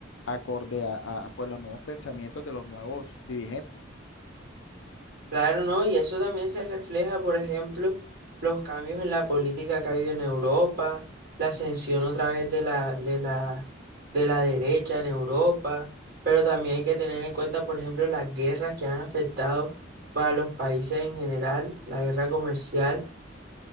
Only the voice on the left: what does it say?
acorde a, a, pues los nuevos pensamientos de los nuevos dirigentes.